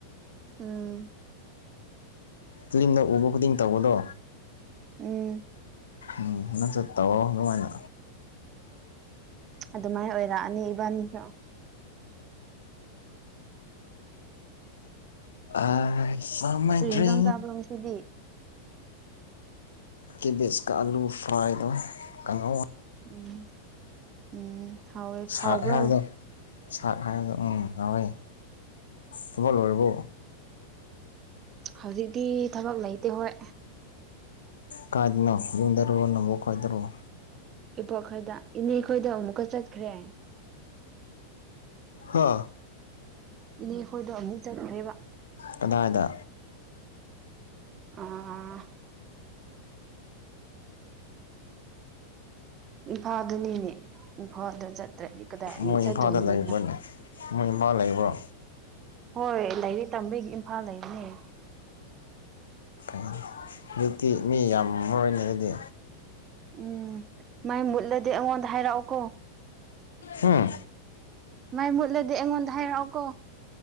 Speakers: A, on the right; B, on the left.
A: ꯎꯝ
B: ꯐꯤꯂꯤꯝꯗ ꯎꯕꯣ ꯀꯗ ꯇꯥꯕꯣꯗꯣ
A: ꯎꯝ
B: ꯎꯝ ꯅꯪꯁꯨꯦ ꯇꯧꯑꯣꯣ ꯑꯗꯨꯃꯥꯏꯅ
A: ꯑꯗꯨꯃꯥꯏꯅ ꯑꯣꯏꯔꯛꯑꯅꯤ ꯏꯕꯥꯅꯤꯁꯨ
B: ꯑ ꯁꯃꯔꯤ
A: ꯀꯔꯤ ꯌꯦꯟꯖꯥꯡ ꯆꯥꯕ꯭ꯔꯣ ꯉꯁꯤꯗꯤ
B: ꯀꯦꯕꯤꯖꯀ ꯑꯂꯨ ꯐ꯭ꯔꯥꯏꯗ ꯀꯪꯉ
A: ꯎꯝ ꯎꯝ ꯍꯥꯎꯋꯦ
B: ꯁꯔ
A: ꯍꯥꯎꯕ꯭ꯔꯣ
B: ꯍꯥꯏꯕꯗꯣ ꯁꯛ ꯍꯥꯏꯕꯗꯣ ꯎꯝ ꯍꯋꯏ ꯊꯃ ꯂꯣꯏꯔꯕꯣ
A: ꯍꯧꯖꯤꯛꯇꯤ ꯊꯕꯛ ꯂꯩꯇꯦ ꯍꯣꯏ
B: ꯀꯥꯏꯗꯅꯣ ꯌꯨꯝꯗꯔꯨꯨꯔꯣ ꯅꯕꯨ ꯈꯣꯏꯗꯔꯨꯣ
A: ꯏꯄꯣ ꯈꯔꯗ ꯏꯅꯦ ꯈꯣꯏꯗ ꯑꯃꯨꯛꯀ ꯆꯠꯈ꯭ꯔꯦ
B: ꯍꯥ
A: ꯏꯅꯦꯈꯣꯏꯗꯣ ꯑꯃꯨꯛ ꯆꯠꯈ꯭ꯔꯦꯕ
B: ꯀꯗꯥꯏꯗ
A: ꯑ ꯐꯥꯗꯅꯤꯅꯦ ꯍꯣꯏ ꯑꯗꯨꯣ ꯆꯠꯇ꯭ꯔꯗꯤ ꯀꯗꯥꯏꯨꯛ
B: ꯃꯣꯏ
A: ꯆꯠꯇꯣꯏꯅꯣ
B: ꯏꯝꯐꯥꯜꯗ ꯂꯩꯕ꯭ꯔꯅꯦ ꯃꯣꯏ ꯏꯝꯐꯥꯜ ꯂꯩꯕ꯭ꯔꯣ
A: ꯍꯣꯏ ꯂꯩꯔꯤ ꯇꯝꯕꯒꯤ ꯏꯝꯐꯥꯜ ꯂꯩꯕꯅꯦ
B: ꯩ ꯍꯧꯖꯤꯛꯇꯤ ꯃꯤ ꯌꯥꯝ ꯃꯔ ꯑꯣꯏꯅ ꯑꯗꯨꯗꯤ
A: ꯎꯝ ꯃꯥꯏ ꯃꯨꯗꯂꯦ ꯑꯃꯉꯣꯟꯗꯔꯛꯑꯣꯀꯣ
B: ꯎꯝ
A: ꯃꯥꯏ ꯃꯨꯠꯂꯗꯤ ꯑꯩꯉꯣꯟꯗ ꯍꯥꯏꯔꯛꯑꯣꯀꯣ